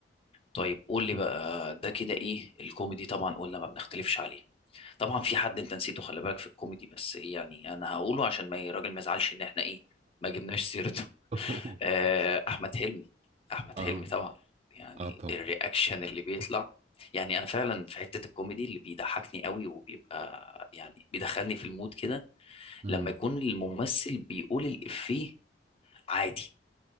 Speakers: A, on the left; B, on the right.
A: طيب قول لي بقى ده كده ايه الكوميدي طبعا قلنا ما بنختلفش عليه طبعا في حد انت نسيته خلي بالك في الكوميدي بس إيه يعني انا هقوله عشان ما الراجل ما يزعلش ان احنا ايه ما جبناش سيرته
B: <laughs>
A: <laughs> آه، احمد حلمي احمد
B: اه
A: حلمي طبعا يعني
B: اه طبعا
A: الرياكشن اللي بيطلع يعني انا فعلا في حتة الكوميدي اللي بيضحكني قوي وبيبقى يعني بيدخلني في المود كده
B: امم
A: لما يكون الممثل بيقول الإفيه عادي